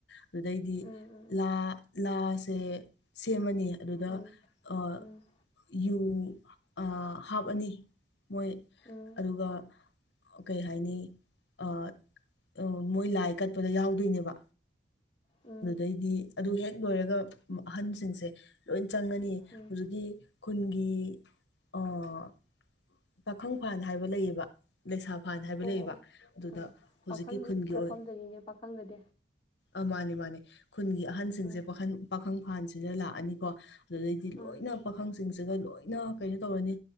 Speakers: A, on the left; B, on the left.
A: ꯑꯗꯨꯗꯩꯗꯤ
B: ꯎꯝ
A: ꯂꯥ ꯂꯥꯁꯦ ꯁꯦꯝꯃꯅꯤ ꯑꯗꯨꯗ
B: ꯎꯝ ꯎꯝ
A: ꯑ,
B: ꯎꯝ
A: ꯌꯨ ꯑꯥꯔ ꯍꯥꯞꯑꯅꯤ ꯃꯣꯏ
B: ꯎꯝ
A: ꯑꯗꯨꯒ ꯀꯩ ꯍꯥꯏꯅꯤ ꯑꯥ ꯑꯩ ꯃꯣꯏ ꯂꯥꯏ ꯀꯠꯄꯗ ꯌꯥꯎꯗꯣꯏꯅꯦꯕꯥ
B: ꯎꯝ
A: ꯑꯗꯨꯗꯩꯗꯤ ꯑꯗꯨ ꯍꯦꯛ ꯂꯣꯏꯔꯒ ꯑꯍꯟꯁꯤꯡꯁꯦ ꯂꯣꯏ ꯆꯪꯉꯅꯤ
B: ꯎꯝ
A: ꯍꯧꯖꯤꯛꯀꯤ ꯈꯨꯟꯒꯤ ꯑꯥ ꯄꯥꯈꯪꯐꯥꯟ ꯍꯥꯏꯕ ꯂꯩꯌꯦꯕꯥ ꯂꯩꯁꯥ ꯐꯥꯟ ꯍꯥꯏꯕ
B: ꯑꯣ
A: ꯂꯩꯌꯦꯕ
B: ꯑꯣ ꯑꯣ
A: ꯑꯗꯨꯗ
B: ꯑꯥ
A: ꯍꯧꯖꯤꯛꯀꯤ
B: ꯄꯥꯈꯪꯒꯤꯗ
A: ꯈꯨꯟꯒꯤ ꯑꯣꯏ
B: ꯐꯝꯗꯣꯏꯅꯤꯅꯦ ꯄꯥꯈꯪꯗꯗꯤ
A: ꯑ ꯃꯥꯅꯦ ꯃꯥꯅꯦ ꯈꯨꯟꯒꯤ ꯑꯍꯟꯁꯤꯡꯁꯦ
B: ꯑꯥ
A: ꯄꯥꯈꯟ ꯄꯥꯈꯪ ꯐꯥꯥꯟꯁꯤꯗ ꯂꯥꯛꯑꯅꯤꯀꯣ ꯑꯗꯨꯗꯩꯗꯤ
B: ꯑꯥ
A: ꯂꯣꯏꯅ ꯄꯥꯈꯪꯁꯤꯡꯁꯦ <unintelligible> ꯂꯣꯏꯅ ꯀꯩꯅꯣ ꯇꯧꯔꯅꯤ